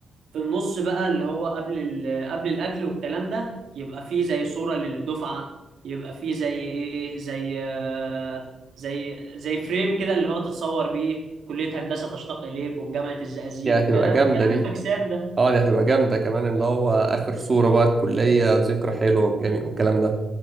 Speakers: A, on the right (about 65°); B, on the right (about 30°).
A: في النص بقى اللي هو قبل ال- قبل الاكل والكلام ده يبقى فيه زي صورة للدفعة يبقى فيه زي ايه زي آه، زي زي فريم كده اللي هو تتصور بيه كلية هندسة تشتاق اليك وجامعة الزقازيق
B: دي
A: الكلام
B: هتبقى جامدة
A: الكلام
B: دي
A: الفاكسان ده
B: اه دي هتبقى جامدة كمان اللي هو آخر صورة بقى الكلية ذكرى حلوة والجميل والكلام ده